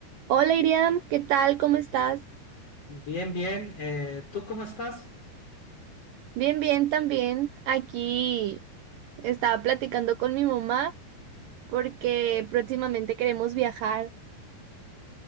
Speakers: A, on the right; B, on the left.
A: Hola Iriam, ¿qué tal? ¿Cómo estás?
B: Bien, bien. Eh, ¿tú cómo estás?
A: Bien, bien también. Aquí estaba platicando con mi mamá porque próximamente queremos viajar